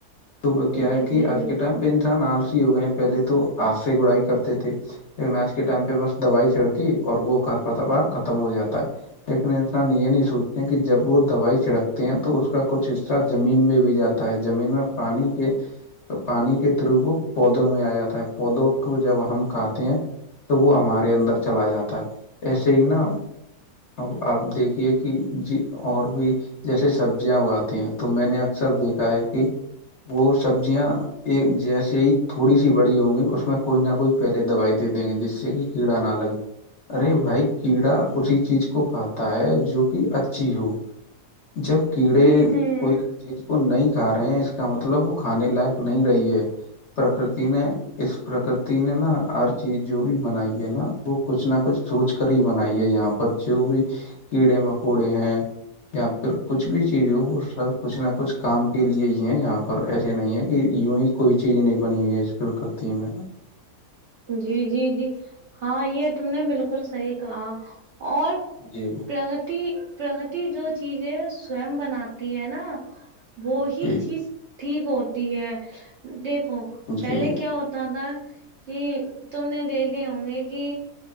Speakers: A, on the left; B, on the right.
A: تو وہ
B: جی
A: کیا ہے کہ
B: جی
A: آج
B: جی
A: کے ٹائم پہ انسان آلسی ہو گئے ہیں پہلے تو آپ سے گڑائی کرتے تھے لیکن آج کے ٹائم پہ بس دوائی چھڑتی اور وہ ک پتوار ختم ہو جاتا ہے لیکن یہ نہیں سوچتے ہیں کہ جب وہ دوائی چھڑکتے ہیں تو اس کا کچھ حصہ زمین میں بھی جاتا ہے زمین میں پانی کے تو پانی کے تھرو وہ پودوں میں آ جاتا ہے پودوں کو جب ہم کھاتے ہیں تو وہ ہمارے اندر چلا جاتا ہے ایسے ہی نا اب آپ دیکھیے کہ ج اور بھی جیسے سبزیاں اگاتی ہیں تو میں نے اکثر دیکھا ہے کہ وہ سبزیاں ایک جیسے ہی تھوڑی سی بڑی ہوں گی اس میں کوئی نہ کوئی پہلے دوائی دے دیں گے جس سے کہ کیڑا نہ لگے ارے بھائی کیڑا اسی چیز کو کھاتا ہے جو کہ اچھی ہو جب کیڑے
B: جی جی
A: کوئی چیز کو نہیں کھا رہے ہیں اس کا مطلب وہ کھانے لائق نہیں رہی ہے پرکرتی نے اس پرکرتی نے نا ہر چیز جو بھی بنائی ہے نا وہ کچھ نہ کچھ سوچ کر ہی بنائیے یہاں پر جو بھی کیڑے مکوڑے ہیں یا پھر کچھ بھی چیز ہو وہ سب کچھ نہ کچھ کام کے لیے ہی یہاں پر ایسے نہیں ہے کہ ی ہی کوئی چیز نہیں بنی ہے اس پ کرتی میں
B: جی جی جی ہاں یہ تم نے بالکل صحیح کہا اور
A: جی
B: پرگتی پرگتی جو چیز ہے سوئم بناتی ہے نا وہ
A: جی
B: ہی چیز ٹھیک ہوتی ہے دیکھو
A: جی
B: پہلے کیا ہوتا تھا کہ تم نے دیکھے ہوں گے کہ